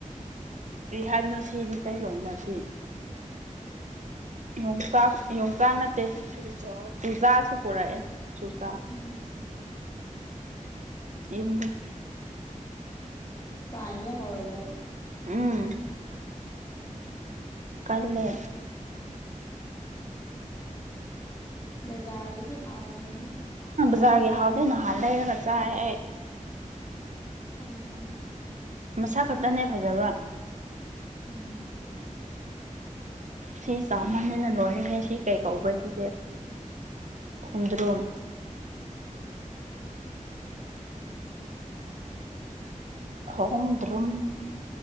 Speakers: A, on the right; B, on the left.
A: ꯀꯔꯤ ꯍꯥꯏꯕꯅꯣ ꯁꯤ ꯃꯩꯇꯩꯂꯣꯟꯗ ꯑꯁꯤ ꯌꯣꯡꯆꯥꯛ ꯌꯣꯡꯆꯥꯛ ꯅꯠꯇꯦ ꯆꯨꯖꯥꯛꯁꯨ ꯄꯨꯔꯛꯑꯦ ꯆꯨꯖꯥꯛ
B: ꯎꯝ
A: ꯌꯨꯝꯗꯒꯤ
B: ꯄꯥꯟꯕ ꯍꯧꯔꯕꯣ
A: ꯎꯝ ꯀꯜꯂꯦ
B: ꯕꯖꯥꯔꯒꯤꯗꯤ ꯍꯥꯎꯗꯕꯅꯤ
A: ꯕꯔꯖꯥꯔꯒꯤ ꯍꯥꯎꯇꯦ ꯅꯍꯥꯟ ꯂꯩꯔꯒ ꯆꯥꯌꯦ ꯑꯩ
B: ꯍꯥꯎꯇꯕꯅꯦ
A: ꯃꯁꯥ ꯈꯛꯇꯅꯦ ꯐꯖꯕ
B: ꯎꯝ
A: ꯁꯤ ꯆꯥꯎꯃꯟꯕꯅ ꯂꯣꯏꯔꯦ ꯁꯤ ꯀꯩ ꯀꯧꯕ꯭ꯔꯥ ꯁꯤꯁꯦ ꯈꯣꯡꯗ꯭ꯔꯨꯝ ꯈꯣꯡꯗ꯭ꯔꯨꯝ